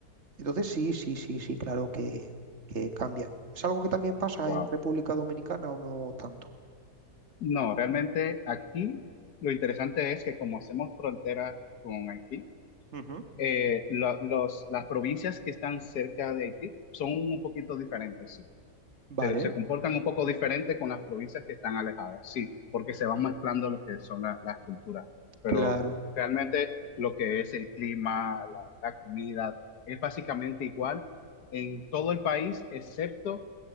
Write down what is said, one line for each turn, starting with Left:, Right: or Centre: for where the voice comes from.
Right: Entonces sí, sí, sí, sí, claro que, que cambia. ¿Es algo que también pasa
Left: Wow.
Right: en República Dominicana o no tanto?
Left: No, realmente aquí lo interesante es que como hacemos frontera con Haití,
Right: Ujú.
Left: eh, lo- los, las provincias que están cerca de Haití son un poquito diferentes, sí.
Right: Vale,
Left: Se, se comportan un poco diferente con las provincias que están alejadas, sí, porque se van mezclando lo que son la- las culturas. Pero
Right: claro,
Left: realmente lo que es el clima, la, la comida, es básicamente igual en todo el país, excepto